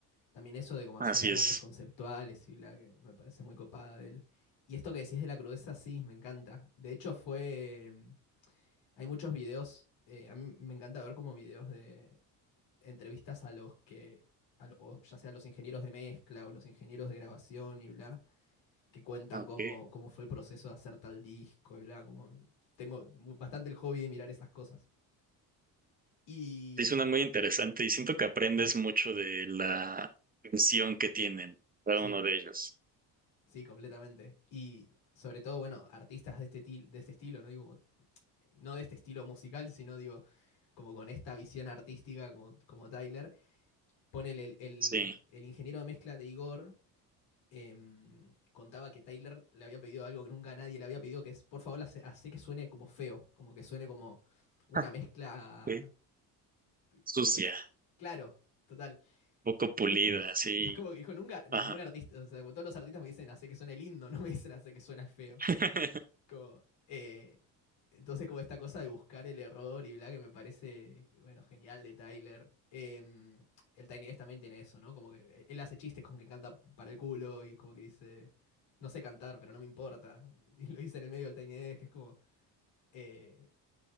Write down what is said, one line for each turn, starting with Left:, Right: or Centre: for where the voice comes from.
Left: También eso de cómo hacer
Right: así
Left: álbumes
Right: es.
Left: conceptuales y bla, que me parece muy copada de él. Y esto que decís de la crudeza, sí, me encanta. De hecho, fue. mm, Hay muchos videos. eh, a mí me encanta ver como videos de entrevistas a los que. a lo- o ya sea los ingenieros de mezcla o los ingenieros de grabación y bla, que cuentan
Right: Ah,
Left: cómo,
Right: ok.
Left: cómo fue el proceso de hacer tal disco y bla. Como, tengo mu- bastante el hobby de mirar esas cosas. Y.
Right: Sí, suena muy interesante y siento que aprendes mucho de la visión que tienen cada
Left: Sí,
Right: uno de ellos.
Left: sí, completamente. Y sobre todo, bueno, artistas de este, til- de este estilo, ¿no? Digo, como no de este estilo musical, sino digo, como con esta visión artística como, como Tyler. Ponele, el, el,
Right: Sí. <laughs>
Left: el ingeniero de mezcla de Igor em, contaba que Tyler le había pedido algo que nunca nadie le había pedido, que es, por favor, hace, hace que suene como feo, como que suene como una
Right: Ah,
Left: mezcla,
Right: ok. Sucia,
Left: como es, claro, total.
Right: poco pulida,
Left: Y, y-
Right: sí.
Left: y es como que dijo, nunca, ningún
Right: Ajá.
Left: artista, o sea, como todos los artistas me dicen, hace que suene lindo, <laughs> no me dicen, hace que suene feo.
Right: <laughs>
Left: Como, eh, entonces, como esta cosa de buscar el error y bla, que me parece, bueno, genial de Tyler. Em, el Tiny Desk también tiene eso, ¿no? Como que él hace chistes con que canta para el culo y es como que dice, no sé cantar, pero no me importa. <laughs> Y lo dice en el medio del Tiny Desk, que es como, eh,